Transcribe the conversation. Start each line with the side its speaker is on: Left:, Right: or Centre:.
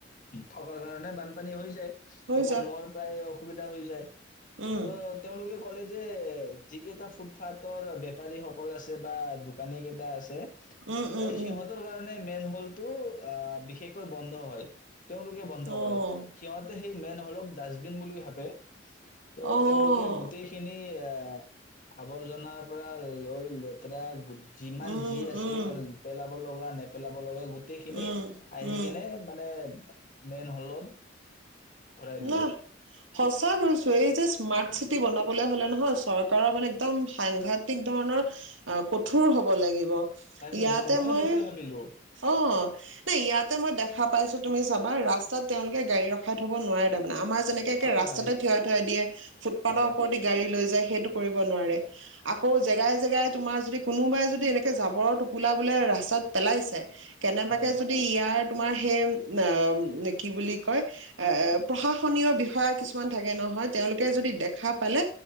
Left: থকাৰ কাৰণে বানপানী হৈ যায় ত'
Right: হৈ যায়।
Left: মানুহৰ প্ৰায় সুবিধা হৈ যায়
Right: উম,
Left: ও তেওঁলোকে ক'লে যে যি কেইটা ফুটপাথৰ বেপাৰী সকল আছে বা দোকানী কেইটা আছে
Right: উম, উম,
Left: এ সিহঁতৰ
Right: উম,
Left: কাৰণে মেইন হলটো বিশেষকৈ বন্ধ হয় তেওঁলোকে বন্ধ
Right: অ',
Left: কৰে সিহঁতে সেই মেন হ'ওক ডাষ্টবিন বুলি ভাবে ত <inaudible> ত
Right: অ',
Left: তেওঁলোকে গোটেইখিনি এ আৱৰ্জনাৰ পৰা লৈ লেতেৰা <unintelligible> যিমান
Right: উম,
Left: যি আছে
Right: উম,
Left: পেলাব লগা নে পেলাব লগা গ গোটেই খিনি
Right: উম,
Left: আহি
Right: উম,
Left: কিনে মানে মেইন হলত খুৰাই দিয়ে
Right: নাহ সঁচা কৈছো এই যে স্মাৰ্ট চিটি বনাবলে হ'লে নহয় চৰকাৰৰ মানে একদম সাংঘাতিক ধৰণৰ কঠোৰ হ'ব লাগিব
Left: তাকে
Right: ইয়াতে
Left: ময়ো
Right: মই
Left: সেইটোৱে ভাবিলো
Right: অ নাই ইয়াতে মই দেখ দেখা পাইছোঁ তুমি চাবা ৰাস্তাত তেওঁলোকে গাড়ী ৰখা থব নোৱাৰে তাৰ মানে আম যেনেকে
Left: হয়
Right: ৰাস্তাতে
Left: হয়
Right: থিয়াই থৈই দিয় ফুটফাথৰ
Left: হয়
Right: ওপৰেদি গাড়ী লৈ যায়। সেইটো কৰিব নোৱাৰে আকৌ জেগাই জেগাই তোমাৰ যদি কোনোবাই যদি এনেকে জাঁবৰৰ টোপোলা বোলে ৰাস্তাত পেলাইছে কেনেবাকে
Left: হয়
Right: যদি ইয়াৰ তোমাৰ সেই অ কি বুলি কয় প্ৰশাসনীয় বিষয়া কিছুমান থাকে নহয় তেওঁলোকে যদি দেখা পালে